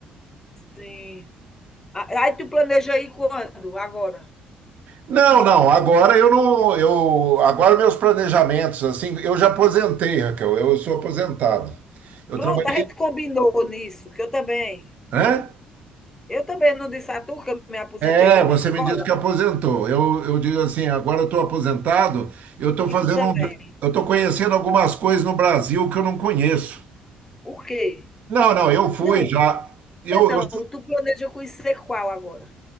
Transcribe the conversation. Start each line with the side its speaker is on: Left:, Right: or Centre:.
Left: Sim. A- Aí tu planeja aí quando? Agora.
Right: Não, não, agora eu não, eu, agora meus planejamentos, assim, eu já aposentei, Raquel, eu sou aposentado. Eu
Left: Pronto,
Right: trabalhei,
Left: a gente combinou nisso, que eu também.
Right: né?
Left: Eu também não disse a tu que eu me aposentei
Right: É,
Left: de
Right: você
Left: uma escola
Right: me disse que aposentou. Eu, eu digo assim, agora eu estou aposentado, eu estou
Left: e
Right: fazendo
Left: tu também.
Right: um, eu estou conhecendo algumas coisas no Brasil que eu não conheço.
Left: O quê?
Right: Não, não, eu fui
Left: Não,
Right: já. Eu,
Left: é não,
Right: eu,
Left: tu planeja conhecer qual agora?